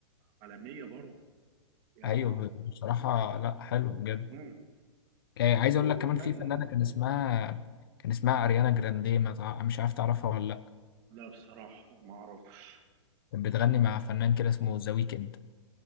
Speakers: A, on the right (about 35°); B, on the left (about 50°).
A: عالمية برضو يعني
B: أيوه بصراحة لا حلو بجد
A: مم.
B: آه، عايز
A: وكمان
B: أقول لك كمان في فنانة كان اسمها كان اسمها أريانا جراندي ما تع- مش عارف تعرفها ولا لأ
A: لا بصراحة ما أعرفش
B: كانت بتغني مع فنان كده اسمه ذا ويكند